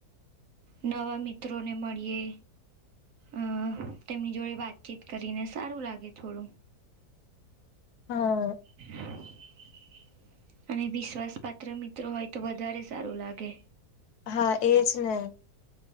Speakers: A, on the right; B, on the left.
A: નવા મિત્રોને મળીએ અ તેમની જોડે વાતચીત કરીને સારું લાગે થોડું.
B: હ
A: હ <unintelligible> અને વિશ્વાસ પાત્ર મિત્રો હોય તો વધારે સારું લાગે.
B: હા એ જ ને